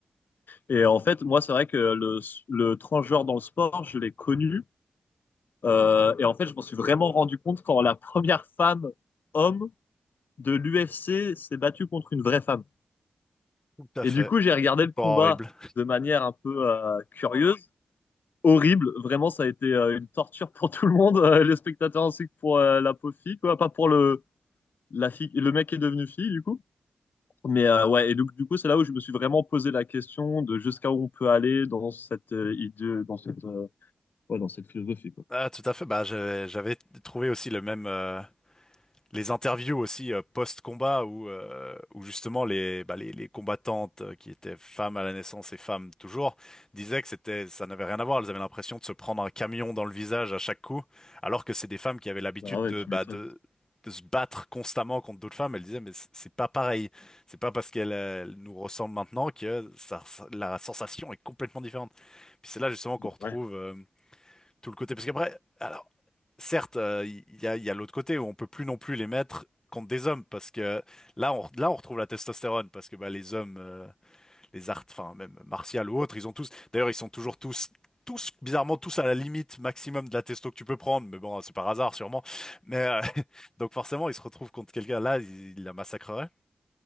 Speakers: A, on the left; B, on the left.
A: Et en fait, moi, c'est vrai que le, le transgenre dans le sport, je l'ai connu, euh, et en fait, je m'en suis vraiment rendu compte quand la première femme homme de l'UFC s'est battu contre une vraie femme.
B: Tout à
A: Et
B: fait.
A: du coup, j'ai regardé le combat
B: Pas horrible.
A: de manière un peu euh, curieuse, horrible. Vraiment, ça a été euh, une torture pour tout le monde, euh, les spectateurs ainsi que pour euh, la pauvre fille, quoi. Pas pour le, la fille, le mec qui est devenu fille, du coup. Mais euh, ouais, et donc du coup, c'est là où je me suis vraiment posé la question de jusqu'à où on peut aller dans cette euh, idée, dans cette, euh, ouais, dans cette philosophie, quoi.
B: Ah, tout à fait. Bah, j'avais j'avais trouvé aussi le même. euh, les interviews aussi euh, post-combat où, euh, où justement les, bah, les, les combattantes euh, qui étaient femmes à la naissance et femmes toujours disaient que c'était, ça n'avait rien à voir. Elles avaient l'impression de se prendre un camion dans le visage à chaque coup, alors que c'est des femmes qui avaient l'habitude
A: Bah ouais,
B: de,
A: tu
B: bah,
A: m'étonnes.
B: de, de se battre constamment contre d'autres femmes. Elles disaient, mais c'est c'est pas pareil. C'est pas parce qu'elles euh, elles nous ressemblent maintenant que ça, ça- la sensation est complètement différente. Puis c'est là justement qu'on retrouve
A: Ouais.
B: euh, tout le côté. Parce qu'après, alors, certes, euh, il y a, il y a l'autre côté où on peut plus non plus les mettre contre des hommes parce que là, on, là, on retrouve la testostérone parce que bah, les hommes, euh, les arts, enfin même martial ou autres, ils ont tous. D'ailleurs, ils sont toujours tous. Tous, bizarrement, tous à la limite maximum de la testo que tu peux prendre, mais bon, c'est par hasard sûrement. Mais euh, <laughs> donc forcément, ils se retrouvent contre quelqu'un là, ils il la massacrerait.